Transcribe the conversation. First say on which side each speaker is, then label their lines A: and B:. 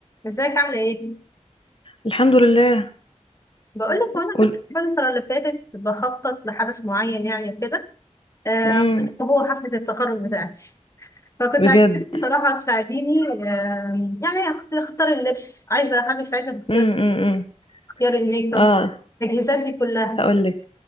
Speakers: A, on the left; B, on the left.
A: ازيك عاملة ايه؟
B: الحمد لله
A: بقولك هو انا
B: قول
A: كنت الفترة اللي فاتت بخطط لحدث معين يعني وكده آه
B: امم
A: وهو حفلة التخرج بتاعتي فكنت
B: بجد
A: عايزاك بصراحة تساعديني آه يعني أخت- اختار اللبس عايزة حد يساعدني في اختيار
B: امم امم
A: اختيار الميك
B: اه
A: اب التجهيزات دي كلها
B: هقول لك